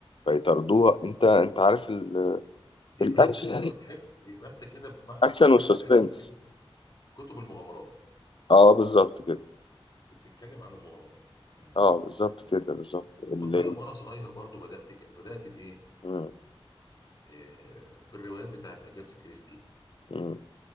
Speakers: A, on the left; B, on the left.
A: فيطاردوها انت انت عارف ال-
B: يبقى
A: الاكشن
B: انت كده بتحب يبقى انت كده بمعنى
A: الاكشن والسسبنس
B: كلامك انك بتحب كتب المغامرات
A: اه بالظبط كده
B: اللي بتتكلم عن المغامرات مم.
A: اه بالظبط كده بالظبط اللاوي
B: خد بالك وانا صغير برضو بدات كده بدات بايه
A: مم.
B: آه بالروايات بتاعت اجاسا كريستي
A: مم.